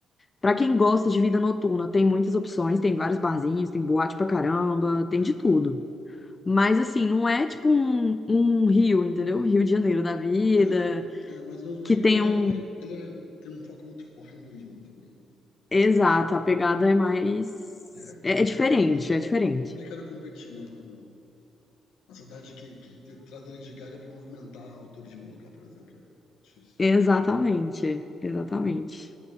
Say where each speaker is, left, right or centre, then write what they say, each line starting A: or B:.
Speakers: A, on the left; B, on the left.
A: Para quem gosta de vida noturna, tem muitas opções, tem vários barzinhos, tem boate pra caramba, tem
B: é.
A: de tudo. Mas, assim, não é tipo um, um Rio, entendeu? Rio de Janeiro da vida,
B: É, é, mais menos o Rio
A: que tem
B: ele
A: um...
B: é mais, ele é- tem um foco muito forte no turismo também, né?
A: Exato, a pegada é mais...
B: É com-
A: É,
B: complicado,
A: é diferente,
B: com-
A: é diferente.
B: complicado competir, né? Com uma cidade que, que, que traz a Lady Gaga para movimentar o turismo local, por exemplo, é difícil.
A: Exatamente, exatamente.